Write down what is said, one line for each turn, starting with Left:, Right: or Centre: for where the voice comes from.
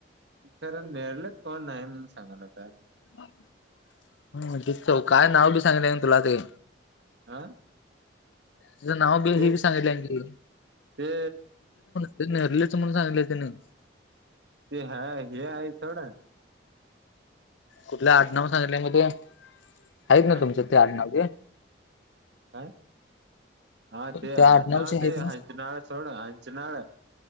Right: ते रं निरलेत कोण नाही म्हणून सांगायल्यात.
Left: हा <unintelligible> काय नाव बी सांगाय नाय तुला ते.
Right: हं,
Left: तिचं नाव बी
Right: तेच
Left: हे बी सांगितलं की
Right: ते
Left: ते नेरलीच म्हणून सांगितलंय तेनी.
Right: ते हा, हे आहे सोड.
Left: कुठल्या आडनाव सांगितल्या मग ते.
Right: हा
Left: हाईत नव्हं तुमच्यात ते आडनाव?
Right: ह, हा ते
Left: त्या
Right: आडनाव
Left: आडनावचे आहेत
Right: ते
Left: ना?
Right: हंचनाळ सोड हंचनाळ.